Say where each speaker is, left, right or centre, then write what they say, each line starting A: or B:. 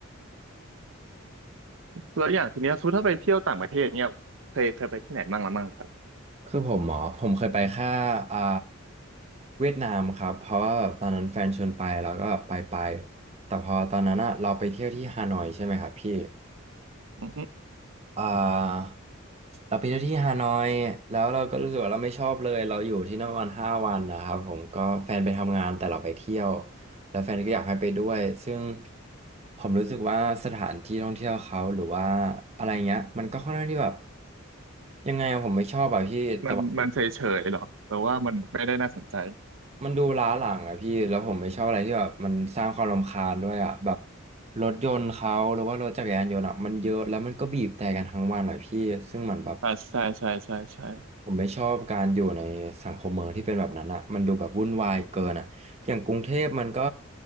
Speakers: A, on the right; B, on the right.
A: แล้วอย่างทีเนี้ยสมมุติถ้าไปเที่ยวต่างประเทศเนี่ยเคยเคยไปที่ไหนบ้างละมั่งครับ
B: คือผมหมอผมเคยไปแค่อ่าเวียดนามครับเพราะว่าแบบตอนนั้นแฟนชวนไปแล้วก็ไปไปแต่พอตอนนั้นอะเราไปเที่ยวที่ฮานอยใช่ไหมครับพี่
A: อือฮึ
B: อ่าเราไปเที่ยวที่ฮานอยแล้วเราก็รู้สึกว่าเราไม่ชอบเลยเราอยู่ที่นั่นวันห้าวันนะครับผมก็แฟนไปทำงานแต่เราไปเที่ยวแล้วแฟนก็อยากให้ไปด้วยซึ่งผมรู้สึกว่าสถานที่ท่องเที่ยวเขาหรือว่าอะไรเงี้ยมันก็ค่อนข้างที่แบบยังไงอะผมไม่ชอบอะพี่แต่ว่า
A: มันมันเฉยเฉยหรอหรือว่ามันไม่ได้น่าสนใจ
B: มันดูล้าหลังอะพี่แล้วผมไม่ชอบอะไรที่แบบมันสร้างความรำคาญด้วยอะแบบรถยนต์เขาหรือว่ารถจักรยานยนต์อะมันเยอะแล้วมันก็บีบแต่กันทั้งวันอะพี่ซึ่งมันแบบ
A: อ่าใช่ใช่ใช่ใช่
B: ผมไม่ชอบการอยู่ในสังคมเมืองที่เป็นแบบนั้นอะมันดูแบบวุ่นวายเกินอะอย่างกรุงเทพมันก็